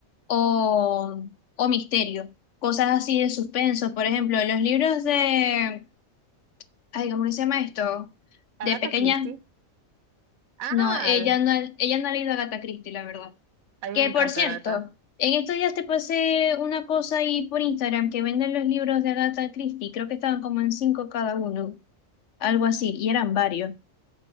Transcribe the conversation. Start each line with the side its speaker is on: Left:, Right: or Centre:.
Left: o, o misterio, cosas así de suspenso. Por ejemplo, los libros de, ay, ¿cómo que se llama esto?
Right: Agatha
Left: De pequeña,
Right: Christie. Ah,
Left: no, ella no, ella no ha leído a Agatha Christie, la verdad.
Right: a mí
Left: Que
Right: me encanta
Left: por cierto,
Right: Agatha.
Left: en estos días te pasé una cosa ahí por Instagram que venden los libros de Agatha Christie, creo que estaban como en cinco cada uno, algo así, y eran varios,